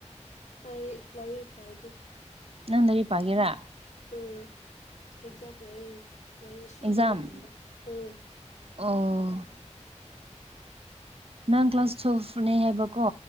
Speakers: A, on the left (about 75°); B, on the right (about 50°).
A: ꯑꯩ ꯂꯥꯏꯔꯤ ꯄꯒꯦ
B: ꯅꯪꯗꯔꯤ ꯄꯒꯦꯔꯥ
A: ꯎꯝ ꯑꯦꯛꯖꯥꯝ ꯂꯩ ꯂꯩ ꯁꯤ
B: ꯑꯦꯛꯖꯥꯝ
A: ꯂꯩꯔꯥꯏ ꯎ
B: ꯑꯣ ꯅꯪ ꯀ꯭ꯂꯥꯁ ꯇꯨꯌꯦꯦꯜꯐ ꯐꯅꯦꯩ ꯍꯥꯏꯕꯀꯣ